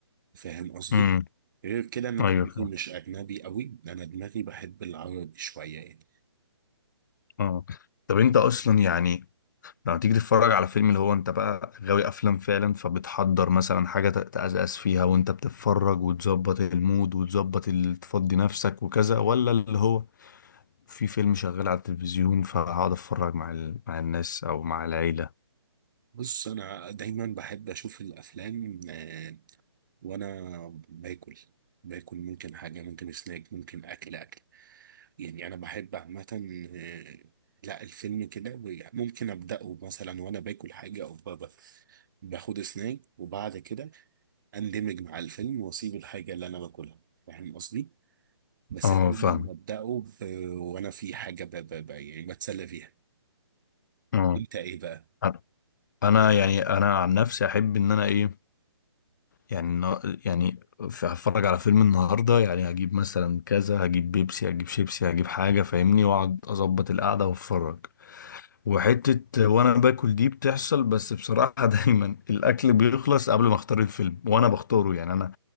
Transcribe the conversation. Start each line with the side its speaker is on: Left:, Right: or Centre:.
Right: فاهم قصدي
Left: امم
Right: غير كده انا
Left: ايوه
Right: دماغي
Left: فاهم.
Right: مش اجنبي قوي انا دماغي بحب العربي شويه يعني
Left: اه طب انت اصلا يعني لما تيجي تتفرج على فيلم اللي هو انت بقى غاوي افلام فعلا فبتحضر مثلا حاجه تتأسس فيها وانت بتتفرج وتظبط المود وتظبط ال- تفضي نفسك وكذا ولا اللي هو في فيلم شغال على التلفزيون فهقعد اتفرج مع ال... مع الناس او مع العيله
Right: بص انا دايما بحب اشوف الافلام آه، وانا باكل باكل ممكن حاجه ممكن سناك ممكن اكل اكل يعني انا بحب عامه آه، لا الفيلم كده بي- ممكن ابداه مثلا وانا باكل حاجه او ب- ب- باخد سناك وبعد كده اندمج مع الفيلم واسيب الحاجه اللي انا باكلها فاهم قصدي بس
Left: اه
Right: دايما
Left: فاهم
Right: ابداه ب- وانا في حاجه ب... ب... ب... يعني بتسلى فيها
Left: اه
Right: انت ايه بقى
Left: انا أنا يعني انا عن نفسي احب ان انا ايه يعني النا- يعني في- هتفرج على فيلم النهارده يعني هجيب مثلا كذا هجيب بيبسي هجيب شيبسي هجيب حاجه فاهمني واقعد اظبط القعده واتفرج وحته وانا باكل دي بتحصل بس بصراحه <laughs> دايما الاكل بيخلص قبل ما اختار الفيلم وانا بختاره يعني انا